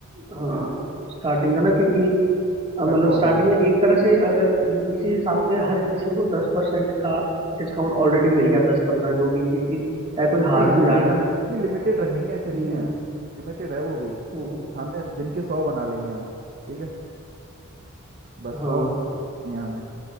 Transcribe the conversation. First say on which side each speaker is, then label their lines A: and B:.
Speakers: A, on the right (about 25°); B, on the right (about 40°).
A: हाँ स्टार्टिंग का ना क्योंकि अ, मतलब
B: खर्चा बहुत
A: स्टार्टिंग
B: हो जाए
A: में एक तरह से अगर इ- इसी हिसाब से हर किसी को दस परसेंट का डिस्काउंट ऑलरेडी मिल गया दस पंद्रह जो भी है क्योंकि चाहे कोई हार
B: नहीं वो
A: भी रहा
B: भी
A: है ना
B: वो भी लिमिटेड रखेंगे ऐसे नहीं
A: हम्म
B: है लिमिटेड है वो भी
A: हम्म,
B: हमें दिन के सौ बना लेंगे हम ठीक है बस
A: हाँ
B: सौ नहीं हमें